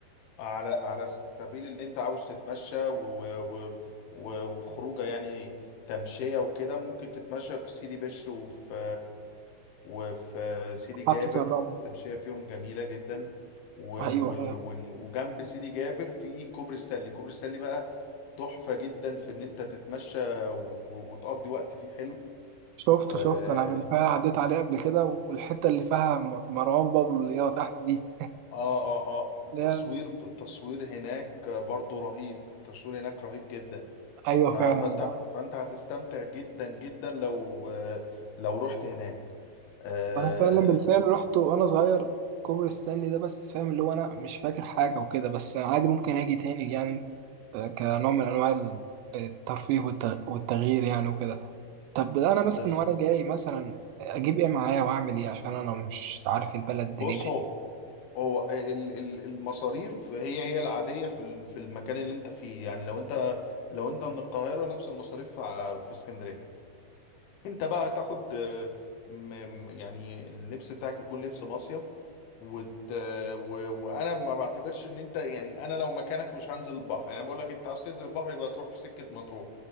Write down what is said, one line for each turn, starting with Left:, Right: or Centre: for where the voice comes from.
Left: على على سبيل اللي انت عاوز تتمشى و و و وخروجه يعني تمشية وكده ممكن تتمشى في سيدي بشر وفي وفي سيدي جابر
Right: حطة الرمل
Left: التمشية فيهم جميلة جدا وال
Right: ايوه
Left: وال
Right: ايوه
Left: وال وجنب سيدي جابر في كوبري ستانلي كوبري ستانلي بقى تحفة جدا في ان انت تتمشى و- وتقضي وقت فيه حلو
Right: شفته
Left: اه
Right: شفته انا بالفعل عديت عليه قبل كده والحتة اللي فيها م- مروان بابلو اللي هي تحت دي
Left: اه اه آه. التصوير
Right: اللي هي
Left: التصوير هناك برضو رهيب التصوير هناك رهيب جدا
Right: ايوه
Left: ف- فانت
Right: فعلا
Left: فانت هتستمتع جدا جدا لو لو رحت هناك آه،
Right: وانا فعلا بالفعل رحت وانا صغير كوبري ستانلي ده بس فاهم اللي هو انا مش فاكر حاجه وكده بس عادي ممكن اجي تاني يعني آه، كنوع من انواع ال- الترفيه والت- والتغيير يعني وكده طب انا مثلا
Left: بس
Right: وانا جاي مثلا اجيب ايه معايا واعمل ايه عشان انا مش عارف البلد
Left: بص
Right: دنيتها
Left: هو
Right: ايه
Left: هو ال- ال- المصاريف هي هي العادية في ال- في المكان اللي انت فيه يعني لو انت لو انت من القاهرة نفس المصاريف ع- في اسكندرية انت بقى هتاخد آه، م- م- يعني اللبس بتاعك يكون لبس مصيف وت... و... وانا ما بعتبرش ان انت يعني انا لو مكانك مش هنزل البحر يعني بقول لك انت عاوز تنزل البحر يبقى تروح في سكة مطروح